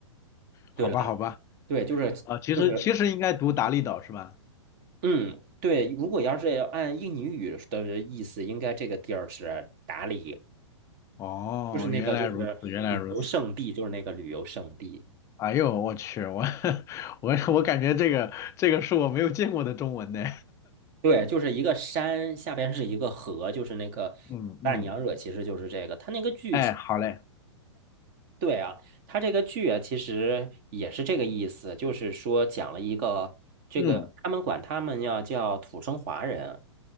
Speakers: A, on the right; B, on the left.
A: 对了吧？
B: 好吧，好吧，
A: 对，就是就是
B: 啊，其实其实应该读达利岛是吧？
A: 嗯，对，如果要是按印尼语的意思，应该这个地儿是达里，
B: 哦，
A: 就是那个就是旅游胜地，
B: 原来如此，原来如此。
A: 就是那个旅游胜地。
B: 哎呦，我去，我 <laughs> 我我感觉这个这个是我没有见过的中文呢。
A: 对，就是一个山，下边是一个河，就是那个大娘惹，
B: 嗯嗯，
A: 其实就是这个。它那个剧情，
B: 哎，好嘞，
A: 对啊，它这个剧啊，其实也是这个意思，就是说讲了一个这个，
B: 嗯，
A: 他们管他们要叫土生华人。